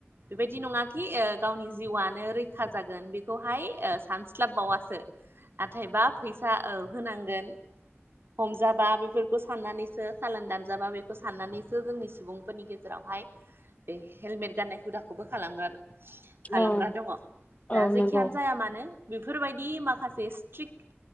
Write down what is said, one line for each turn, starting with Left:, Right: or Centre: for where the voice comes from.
Right: बेबायदि नङाखि ओ गावनि जिउआनो रैखा जागोन बेखौहाय ओ सानस्लाबबावासो। नाथायबा फैसा औ होनांगोन। हमजाबा बेफोरखौ साननानैसो सालान दानजाबा बेखौ साननानैसो जोंनि सुबुंफोरनि गेजेराव। जेरावहाय बे हेलमेट गाननाय हुदाखौबो खालामदों। खालामग्रा
Left: औ
Right: दङ
Left: औ
Right: दा जेखियानो
Left: नंगौ
Right: जाया मानो बेफोरबायदि माखासे स्ट्रिकट।